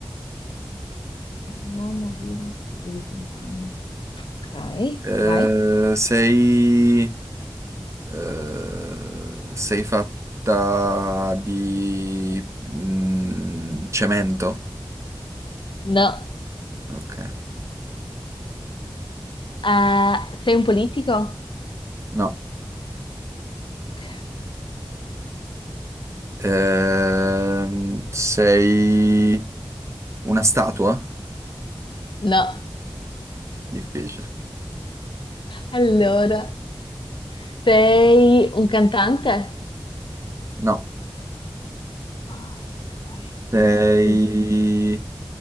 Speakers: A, on the left (about 70°); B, on the right (about 35°).
A: Un uomo vivo più di 30 anni. Ok,
B: Eh,
A: vai.
B: sei... eh, sei fatta di... mm, cemento?
A: No.
B: Ok.
A: Eh, sei un politico?
B: No.
A: Ok.
B: Ehm, sei una statua?
A: No.
B: Difficile.
A: Allora, sei un cantante?
B: No.
A: Ah, Ok,
B: Sei...
A: Mm, sei-